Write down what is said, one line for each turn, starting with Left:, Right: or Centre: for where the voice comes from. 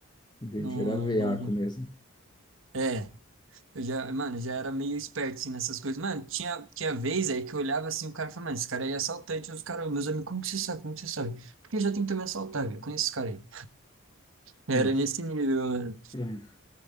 Left: entendi,
Right: Não,
Left: era veaco
Right: não...
Left: mesmo.
Right: É, eu já, mano, já era meio esperto, assim, nessas coisas. Mano, tinha, tinha vez aí que eu olhava assim, o cara falava, mano, esse cara aí é assaltante. Os caras, meus amigos, como que você sabe? Como que você sabe? Porque já tentou me assaltar, velho. Eu Conheço esse cara aí. Era
Left: <laughs>
Right: nesse nível, mano.
Left: É.